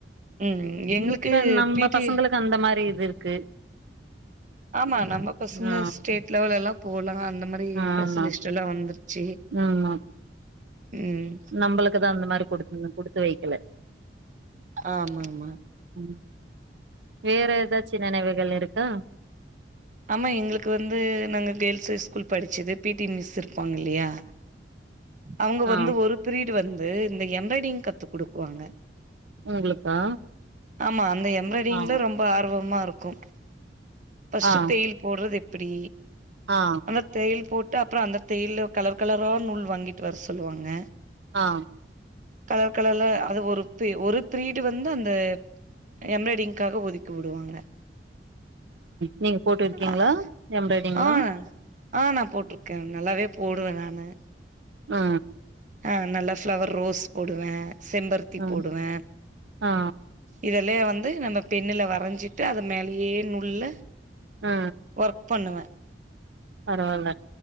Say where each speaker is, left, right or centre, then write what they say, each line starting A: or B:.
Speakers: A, on the right; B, on the right.
A: ம் எங்களுக்கு
B: இப்ப நம்ம
A: பி டி
B: பசங்களுக்கு அந்த மாரி இது இருக்கு
A: ஆமா நம்ம பசங்க
B: ஆ
A: ஸ்டேட் லெவல் எல்லா போலா அந்த மாதிரி
B: ஆமா
A: பெசலிஸ்ட் எல்லா வந்துருச்சு
B: ஆமா
A: ம்
B: நம்மளுக்குதா அந்த மாரி குடுத்து குடுத்து வைக்கல
A: ஆமா ஆமா
B: ம் வேற ஏதாச்சு நினைவுகள் இருக்கா
A: ஹ <inaudible> ஆமா எங்களுக்கு வந்து நாங்க கேர்ள்ஸ் ஸ்கூல் படிச்சது பி டி மிஸ் இருப்பாங்க இல்லையா அவங்க வந்து
B: ஆ
A: ஒரு பீரியட் வந்து இந்த எம்ராய்டிங் கத்து குடுக்குவாங்க
B: உங்களுக்கா
A: ஆமா அந்த எம்ராய்டிங்ல
B: ஆ
A: ரொம்ப ஆர்வமா இருக்கு ஃபர்ஸ்ட்
B: ஆ
A: தையல் போடுறது எப்படி
B: ஆ
A: அந்த தையல் போட்டு அப்பறோ அந்த தையல்ல கலர் கலரா நூல் வாங்கிட்டு வர சொல்லுவாங்க
B: ஆ
A: கலர் கலர்ல அது ஒரு ஒரு பிரீடு வந்து அந்த எம்ராய்டிங்க்காக ஒதுக்கி விடுவாங்க
B: நீங்க போட்டு இருக்கீங்களா
A: அ
B: எம்ப்ராய்டிங்ல்லா
A: ஆ ஆ நா போட்ருக்கே நல்லாவே போடுவே நானு
B: ஆ
A: ஆ நல்லா ஃபிளவர் ரோஸ் போடுவே செம்பருத்தி
B: ம்
A: போடுவே
B: ஆ
A: இதெல்லா வந்து நம்ம பென்னுல வரைஞ்சிட்டு அத மேலேயே நூல்ல
B: ஆ
A: ஒர்க் பண்ணுவே
B: பரவால்ல